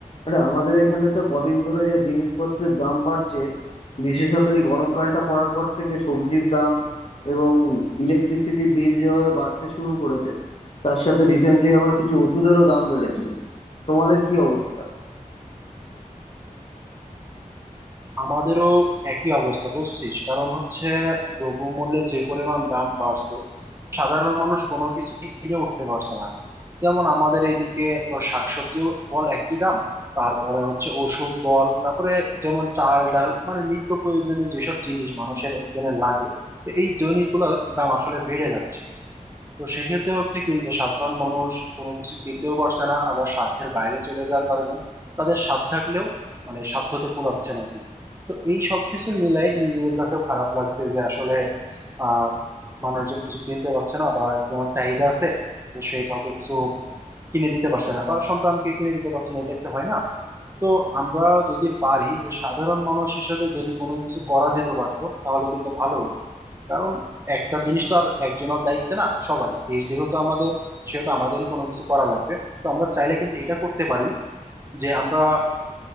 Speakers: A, on the left; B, on the right.
A: আরে আমাদের এখানে তো কদিন ধরে যা জিনিসপত্রের দাম বাড়ছে বিশেষত এই গরমকালটা পড়ার পর থেকে সবজির দাম এবং ইলেকট্রিসিটি বিল যেভাবে বাড়তে শুরু করেছে তার সাথে রিসেন্টলি আবার কিছু ওষুধেরও দাম বেড়েছে তোমাদের কি অবস্থা
B: আমাদেরও একই অবস্থা বুঝছিস কারণ হচ্ছে দ্রব্যমূল্যে যে পরিমাণ দাম বাড়ছে সাধারণ মানুষ কোনো কিছুই কিনে উঠতে পারছে না যেমন আমাদের এইদিকে তোর শাকসবজি বল একই দাম তারপরে হচ্ছে ওষুধ বল তারপরে যেমন চাল ডাল মানে নিত্য প্রয়োজনীয় যেসব জিনিস মানুষের একজনের লাগে তো এই জিনিসগুলোর দাম আসলে বেড়ে যাচ্ছে তো সেক্ষেত্রে হচ্ছে কি যে সাধারণ মানুষ কোনো কিছু কিনতেও পারছে না আবার সাধ্যের বাইরে চলে যাওয়ার কারণে তাদের সাধ্য থাকলেও মানে সাধ্যতে কুলাচ্ছে না আর কি তো এই সব কিছু মিলাই নিজেদের কাছেও খারাপ লাগছে যে আসলে আহ মানুষজন কিছু কিনতে পারছে না বা একজনের চাহিদা আছে কিন্তু সে কাউকে কিছু কিনে দিতে পারছে না বা সন্তানকে কিনে দিতে পারছে না এটা একটা হয় না তো আমরা যদি পারি যে সাধারণ মানুষ হিসেবে যদি কোনো কিছু করা যেতে পারতো তাহলে কিন্তু ভালো হতো কারণ একটা জিনিস তো আর একজনের দায়িত্ব না সবারই দেশ যেহেতু আমাদের সেহেতু আমাদেরই কোনো কিছু করা লাগবে তো আমরা চাইলে কিন্তু এটা করতে পারি যে আমরা